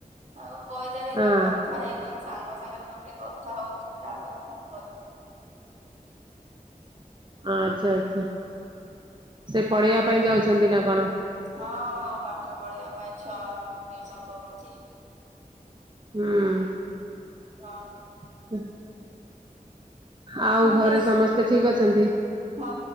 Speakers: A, on the right; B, on the right.
A: ଆଉ କହିଦେଲେ
B: ହଁ
A: ର କଥା ହେଇକରି ସାଙ୍ଗ ସାଙ୍ଗରେ ଗୋଟେ କଥା ହଉଚି ତାପରେ ଫୋନ୍ କରିବି।
B: ଆଚ୍ଛା ଆଚ୍ଛା ସେ ପଢ଼େଇବା ପାଇଁ ଯାଉଚନ୍ତିନା କଣ?
A: ହଁ ପାଠ ପଢେଇବା ପାଇଁ ଛୁଆ ମାନଙ୍କୁ ଟିଉସନ୍ କରୁଛି
B: ହୁଁ।
A: ହଁ।
B: <inaudible> ଆଉ ଘରେ
A: ଟିସ୍
B: ସମସ୍ତେ ଠିକ୍ ଅଛନ୍ତି।
A: ହଁ